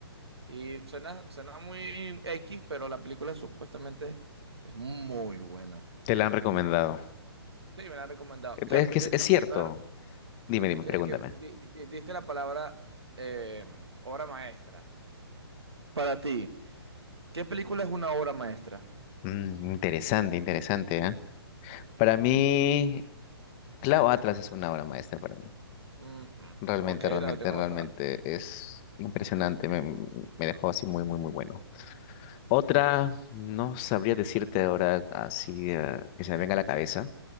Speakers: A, on the right (about 80°); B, on the left (about 25°).
A: Y suena, suena muy X, pero la película supuestamente es muy buena.
B: Te la han recomendado.
A: Sí, me la han recomendado.
B: Eh,
A: Que,
B: Es
A: pues,
B: que es
A: yo te
B: es
A: iba
B: cierto.
A: a preguntar.
B: Dime, dime,
A: que,
B: pregúntame.
A: que di- di- di- diste la palabra eh, obra maestra. Para ti, ¿qué película es una obra maestra?
B: Mm, interesante, interesante, ¿ah? Para
A: Ujú,
B: mí, Clau Atlas es una obra maestra para mí.
A: ujú.
B: Realmente,
A: Ok,
B: realmente,
A: la tengo
B: realmente
A: anotada.
B: es impresionante. Me, me dejó así muy, muy, muy bueno. Otra, no sabría decirte ahora así eh, que se me venga a la cabeza,